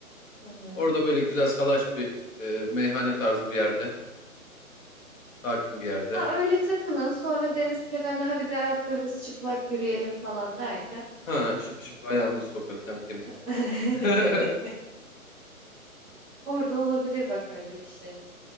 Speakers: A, in the centre; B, on the left.
A: Hı hı.
B: Orada böyle güzel salaş bir e, meyhane tarzı bir yerde. Sakin bir yerde.
A: Ha, öyle takılın sonra deniz kenarına hadi bir ayaklarımız çıplak yürüyelim falan derken.
B: Ha, şıp şıp ayağımızı sokarız hem temizlik.
A: <laughs>
B: <laughs>
A: Orada olabilir bak öyle bir şey.